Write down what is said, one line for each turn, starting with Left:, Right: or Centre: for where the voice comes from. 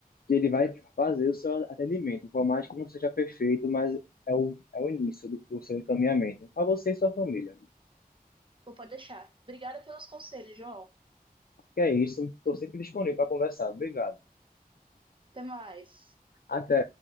Left: que ele vai fazer o seu atendimento. Por mais que não seja perfeito, mas é o, é o início do, do seu encaminhamento. Para você e sua família.
Right: Pô, pode deixar. Obrigada pelos conselhos, João.
Left: Que é isso. Estou sempre disponível para conversar. Obrigado.
Right: Até mais.
Left: Até.